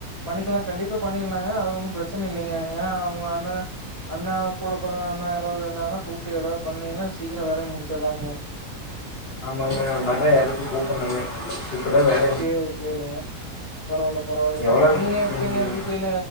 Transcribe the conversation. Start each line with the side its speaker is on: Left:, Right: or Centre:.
Right: பண்ணிக்கலா கண்டிப்பா பண்ணிக்லாங்க அது ஒன்னு பிரச்சனை இல்லைங்க ஏன்னா அவங்க அண்ணன அண்ணா கூட பிறந்தாங்க அண்ணா யாரது இருந்தாங்கன்ன கூப்புட்டு எதாது பண்ணீங்கன்னா சீக்கிர வேலைய முடிச்சிடலாங்க
Left: ஆமாங்க மர எறக்க கூப்புண்ணுங்க இப்பதா வேல
Right: சேரி சேரிங்க பரவாயில்ல பரவாயில்லைங்க
Left: எவ்வளோ
Right: நீங்க எப்புடிங்க
Left: ம்,
Right: வீட்ல